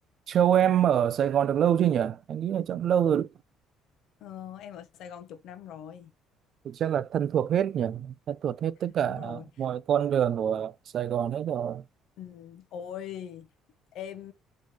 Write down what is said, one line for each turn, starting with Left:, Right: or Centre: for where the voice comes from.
Right: Châu em ở Sài Gòn được lâu chưa nhỉ? Em nghĩ là chắc lâu rồi.
Left: Ờ, em ở Sài Gòn chục năm rồi
Right: Thì Chắc là thân thuộc hết nhỉ? Thân thuộc hết tất cả
Left: đúng rồi
Right: mọi con đường của Sài Gòn hết rồi.
Left: ừ, ôi em